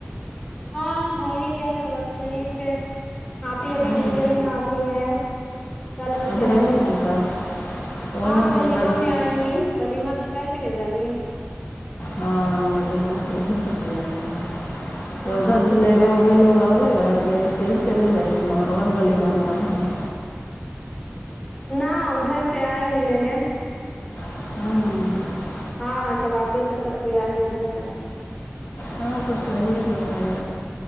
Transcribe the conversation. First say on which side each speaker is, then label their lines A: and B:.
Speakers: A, on the left; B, on the left.
A: ہاں ہو ہی گیا سب اچھے ہی سے آپ ہی ابھی
B: ہے
A: نہیں
B: نا
A: گئی ہیں آپ ہی ہیں کل
B: اب
A: جائیں
B: رہے
A: گے وہ
B: گی کا اوہ
A: ہاں ولیما
B: لڑکی
A: میں آئیں گے ولیمہ کر کے نہیں جائیں گی
B: ہاں ولیمہ کرکے جائیں گے تو
A: ہاں
B: ادھر سے لے لوگ آ رہے ہیں کی ایسے ہی چلیے جائے گے نارمل ولیمہ ہو رہا ہے
A: نہ ادھر سے آئیں گی لینے
B: <inaudible>
A: ہاں سب آپی ہیس سب کوئی آئے گے ادھر سے
B: ہاں تو صحیح ہے